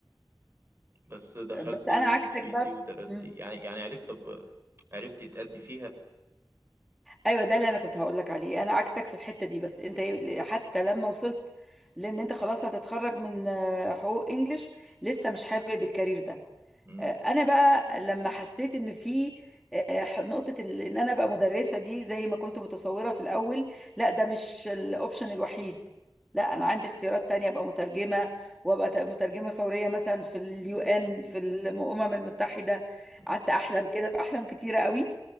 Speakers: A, on the right; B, in the centre.
A: بس دخلتي
B: بس انا
A: ومشيتي
B: عكسك بقى في...
A: ودرستي
B: مم.
A: يعني يعني عرفت طب عرفتي تأدي فيها
B: ايوه ده اللي انا كنت هقول لك عليه انا عكسك في الحته دي بس انت إيه- حتى لما وصلت لان انت خلاص هتتخرج من آه، حقوق انجليش لسه مش حابب الكارير ده
A: امم
B: آه، انا بقى لما حسيت ان في آه، نقطة ال- ان انا بقى مدرسة دي زي ما كنت متصورة في الاول لا ده مش الاوبشن الوحيد لا انا عندي اختيارات تانية ابقى مترجمة وابقى ت- مترجمة فورية مثلا في اليو ان في الامم المتحدة
A: امم
B: قعدت احلم كده باحلام كتيرة قوي